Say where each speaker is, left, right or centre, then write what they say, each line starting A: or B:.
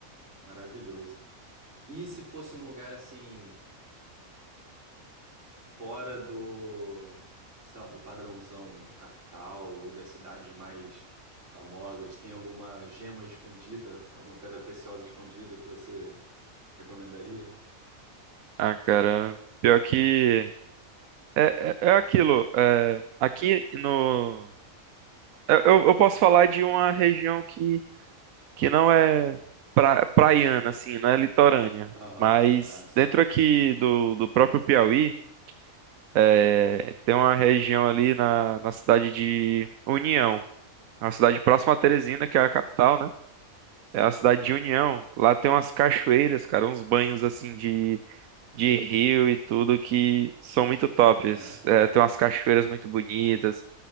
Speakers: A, on the right; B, on the right.
A: maravilhoso. E se fosse um lugar assim, fora do, sei lá, do padrãozão de capital ou das cidades mais famosas? Tem alguma gema escondida, alguma pedra preciosa escondida que você recomendaria?
B: Ah, cara. Pior que. É, é, é aquilo, é, aqui no. Eu, eu eu posso falar de uma região que, que não é pra, praiana, assim, não é litorânea.
A: Aham.
B: Mas
A: Ah, s-
B: dentro aqui do, do próprio Piauí, é, tem uma região ali na, na cidade de União. É uma cidade próxima a Teresina, que é a capital, né?
A: sim,
B: É a
A: sim.
B: cidade de União. Lá tem umas cachoeiras, cara, uns banhos assim de, de rio e tudo que são muito tops.
A: É.
B: É, tem umas cachoeiras muito bonitas.